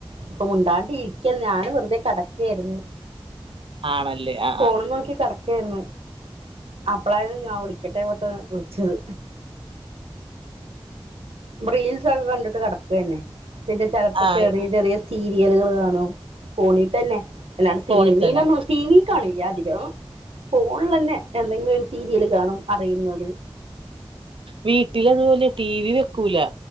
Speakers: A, on the right; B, on the right.
A: ഇപ്പം മുണ്ടാണ്ട ഇരിക്കൽ ഞാൻ വെറുതെ കെടക്കായിരുന്നു
B: ആണല്ലേ ആഹ്
A: ഫോണും നോക്കി കെടക്കായിരുന്നു അപ്പളായിരുന്നു ഞാൻ വിളിക്കട്ടെ പെട്ടന്ന് വിളിച്ചത് റീൽസൊക്കെ കണ്ടിട്ട് കിടക്കന്നെ പിന്നെ ചിലപ്പോ
B: ആഹ്
A: ചെറിയ ചെറിയ സീരിയലുകള് കാണും ഫോണി തന്നെ അല്ലാണ്ട് സിനിമിലൊന്നു
B: ഫോണിൽ തന്നെ
A: ടി വി കാണില്ല അധികം ഫോണിൽ തന്നെ എന്തെങ്കിലും ഒരു സീരിയൽ കാണും അറയുന്നത്
B: വീട്ടിൽ അതുപോലെ ടി വി വെക്കൂല